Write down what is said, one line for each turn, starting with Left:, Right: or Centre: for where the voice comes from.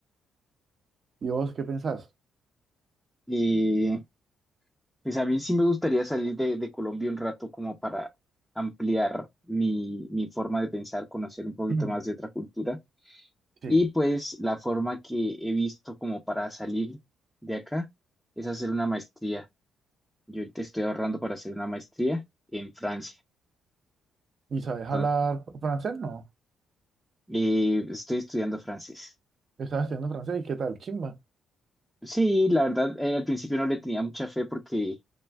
Right: ¿Y vos qué pensás?
Centre: Eh, Pues a mí sí me gustaría salir de, de Colombia un rato como para ampliar mi, mi forma de pensar, conocer un poquito
Right: Mm,
Centre: más de otra cultura.
Right: Sí.
Centre: Y pues la forma que he visto como para salir de acá es hacer una maestría. Yo te estoy ahorrando para hacer una maestría en Francia.
Right: ¿Y sabes
Centre: Entonces,
Right: hablar francés? No.
Centre: eh, estoy estudiando francés.
Right: Estás estudiando francés y qué tal, chimba.
Centre: Sí, la verdad, eh, al principio no le tenía mucha fe porque